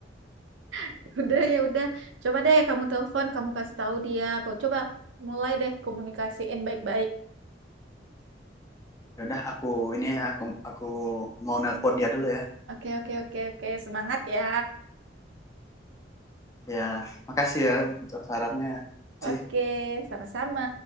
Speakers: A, on the right; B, on the left.
A: <laughs> udah ya udah. Coba deh kamu telepon, kamu kasih tahu dia. Kok coba mulai deh komunikasiin baik-baik.
B: Ya udah aku ini ya aku aku mau nelpon dia dulu ya.
A: Oke, oke, oke, oke. Semangat ya.
B: Ya makasih ya untuk sarannya. Ci.
A: Oke, sama-sama.